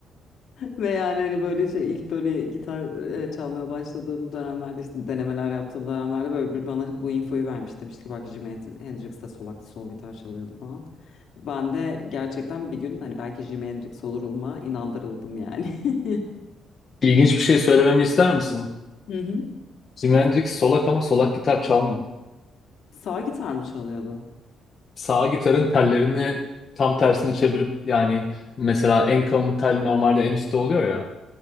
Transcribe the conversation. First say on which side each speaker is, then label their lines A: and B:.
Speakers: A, on the left; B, on the left.
A: Ve yani hani böyle şey ilk böyle gitar e, çalmaya başladığım dönemlerde işte denemeler yaptığım dönemlerde böyle bir bana bu infoyu vermiş. Demişti ki bak Jimi Hendrix Hendrix de sol aklı sol gitar çalıyordu falan. Ben de gerçekten bir gün hani belki Jimi Hendrix oluruma inandırıldım yani. <laughs>
B: İlginç bir şey söylememi ister misin?
A: Hı hı.
B: Jimi Hendrix solak ama solak gitar çalmıyor.
A: Sağ gitar mı çalıyordu?
B: Sağ gitarın tellerini tam tersine çevirip yani mesela en kalın tel normalde en üstte oluyor ya.